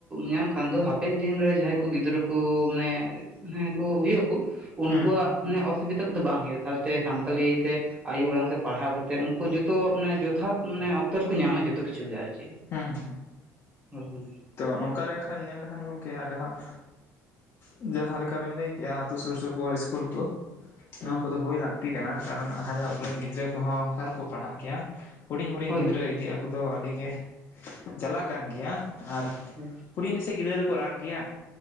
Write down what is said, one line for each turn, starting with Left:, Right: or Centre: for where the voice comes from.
Right: ᱧᱟᱢ ᱠᱷᱟᱱ ᱫᱚ ᱦᱟᱯᱮᱱ ᱫᱤᱱᱨᱮ ᱡᱟᱦᱥᱭ ᱠᱩ ᱜᱤᱫᱽᱨᱟᱹ ᱠᱩ ᱢᱟᱱᱮ ᱦᱮᱸ ᱠᱩ ᱦᱩᱭᱩᱜ ᱟᱠᱩ, ᱩᱱᱠᱩᱣᱟᱜ
Left: ᱦᱮᱸ
Right: ᱢᱟᱱᱮ ᱚᱥᱩᱵᱤᱫᱟ ᱠᱚᱫᱚ ᱵᱟᱝ ᱦᱳᱭᱼᱟ ᱥᱟᱶᱛᱮ ᱥᱟᱱᱛᱟᱞᱤ ᱛᱮ ᱟᱭᱳ ᱟᱲᱟᱝ ᱛᱮ ᱯᱟᱲᱦᱟᱣ ᱠᱟᱛᱮᱜ ᱩᱝᱠᱩ ᱡᱚᱛᱚ ᱢᱟᱱᱮ ᱡᱚᱛᱷᱟᱛ ᱢᱟᱱᱮ ᱚᱠᱛᱚ ᱨᱮᱠᱚ ᱧᱟᱢᱟ ᱡᱚᱛᱚ ᱠᱤᱪᱷᱩ ᱜᱮ ᱟᱨ ᱪᱮᱫ᱾
Left: ᱦᱮᱸ ᱦᱮᱸ
Right: ᱦᱳᱭ ᱜᱚᱢᱠᱮ᱾
Left: ᱛᱚ ᱱᱚᱝᱠᱟ ᱞᱮᱱ ᱠᱷᱟᱱ ᱧᱮᱞ ᱞᱮᱠᱷᱟᱱ ᱜᱚᱝᱠᱮ ᱟᱫᱚ ᱦᱟᱸᱜ ᱡᱟᱦᱟᱸ ᱞᱮᱠᱟ ᱵᱤᱱ ᱞᱟᱹᱭ ᱠᱮᱜᱼᱟ ᱟᱛᱳ ᱥᱩᱨᱼᱥᱩᱯᱩᱨ ᱤᱥᱠᱩᱞ ᱠᱚ, ᱱᱚᱣᱟ
Right: ᱦᱮᱸ
Left: ᱠᱚᱫᱚ ᱦᱩᱭ ᱞᱟᱹᱠᱛᱤ ᱠᱟᱱᱟ ᱠᱟᱨᱚᱱ ᱟᱨᱦᱚᱸ ᱚᱠᱚᱭᱨᱮᱱ ᱜᱤᱫᱽᱨᱟᱹ ᱠᱚᱦᱚᱸ ᱚᱠᱟ ᱨᱮᱠᱚ ᱯᱟᱲᱦᱟᱜ ᱜᱮᱭᱟ ᱦᱩᱰᱤᱧ ᱦᱩᱰᱤᱧ
Right: ᱦᱳᱭ
Left: ᱜᱤᱫᱽᱨᱟᱹ
Right: ᱦᱳᱭ
Left: ᱤᱫᱤ ᱟᱹᱜᱩ ᱫᱚ ᱟᱹᱰᱤ ᱜᱮ ᱡᱟᱞᱟ ᱠᱟᱱ ᱜᱮᱭᱟ, ᱟᱨ
Right: <unintelligible>
Left: ᱦᱩᱲᱤᱧ ᱨᱮᱥᱮ ᱜᱤᱫᱽᱨᱟᱹ ᱫᱚᱠᱚ ᱨᱟᱜ ᱜᱮᱭᱟ,